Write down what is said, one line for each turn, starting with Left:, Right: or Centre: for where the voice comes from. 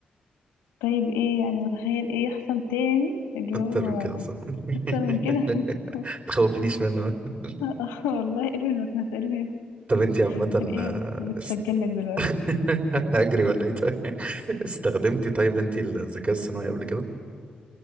Left: طيب ايه يعني متخيل ايه يحصل تاني اللي
Right: أكتر
Left: هو
Right: من كده صح <laughs>
Left: اكتر من كده <laughs>
Right: تخوفنيش منه <laughs>
Left: آه والله ارمي المكنسة ارمي
Right: طب انتي عامة
Left: تلاقيها
Right: آه،
Left: بت... بتسجل لك دلوقتي
Right: <laughs> اجري ولا ايه طيب استخدمتي طيب انت الذكاء الصناعي قبل كده